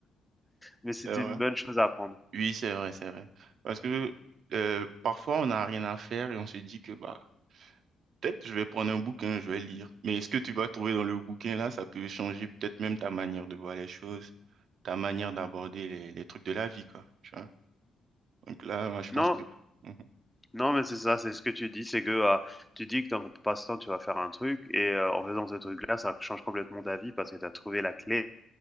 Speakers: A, in the centre; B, on the right (about 65°).
A: mais
B: C'est
A: c'était
B: vrai.
A: une bonne chose à apprendre.
B: Oui, c'est vrai, c'est vrai. Parce que euh, parfois, on n'a rien à faire et on se dit que bah, peut-être je vais prendre un bouquin, je vais lire. Mais ce que tu vas trouver dans le bouquin là, ça peut changer peut-être même ta manière de voir les choses, ta manière d'aborder les, les trucs de la vie, quoi. Tu vois? Donc là, moi, je pense
A: Non
B: que. <laughs> Mhm.
A: Non, mais c'est ça, c'est ce que tu dis, c'est que euh, tu dis que dans ton passe-temps, tu vas faire un truc, et euh, en faisant ce truc-là, ça change complètement ta vie parce que tu as trouvé la clé,